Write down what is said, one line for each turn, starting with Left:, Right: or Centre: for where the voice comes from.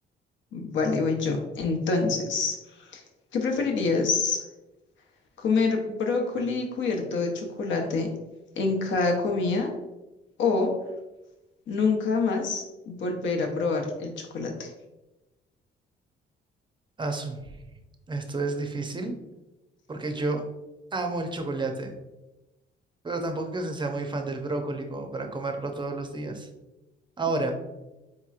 Left: Vale, voy yo. Entonces, ¿qué preferirías? ¿Comer brócoli cubierto de chocolate en cada comida o nunca más volver a probar el chocolate?
Right: Asu, esto es difícil porque yo amo el chocolate, pero tampoco que se sea muy fan del brócoli como para comerlo todos los días. Ahora.